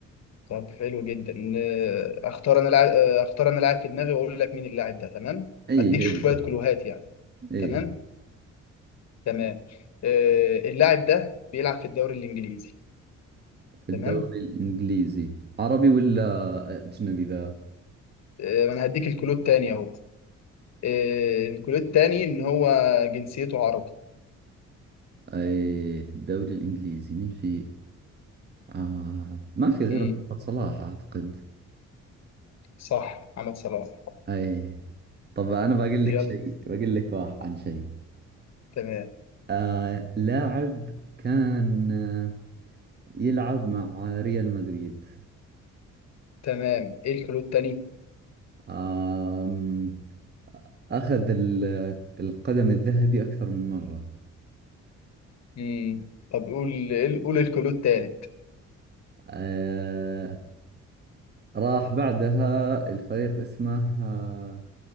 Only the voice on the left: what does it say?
طب حلو جدا آه، أختار أنا لاعب آه، أختار أنا لاعب في دماغي وأقول لك مين اللاعب ده تمام؟
أديك شوية
كلوهات يعني
تمام؟ تمام آه، اللاعب ده بيلعب في الدوري الانجليزي
تمام
آه، انا هديك الكلود تاني اهو آه، الكلود التاني ان هو جنسيته عربي
امم
صح محمد صلاح
يلا
تمام
تمام ايه الكلود التاني
امم طب قول قول قول الكلود التالت